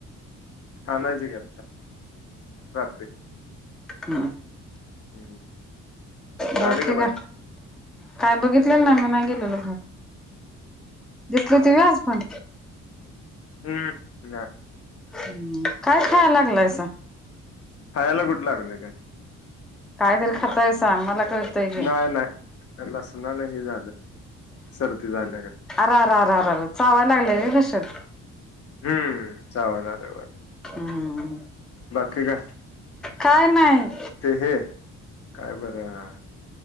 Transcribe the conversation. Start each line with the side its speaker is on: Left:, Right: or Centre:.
Left: हानाजी घ रात्री.
Centre: हम
Left: हम्म
Centre: बाकी
Left: आले
Centre: का..
Left: बाय
Centre: काय बघितलेलं ना मी नाही गेलेल घर दिसल ते व आज पण!
Left: हम् ह.
Centre: हम्म काय खा लागलायस.
Left: खायला गुड लागले काय?
Centre: काय तरी खातायसा मला कळतंय की
Left: नाही नाही लसना नाही झालं. सर्दी झाले.
Centre: अ रर र चावायला लागले तशत..
Left: हम्म वाल आ वा..
Centre: हम्.
Left: बाकी का!
Centre: काय नाही.
Left: ते हे काय बरं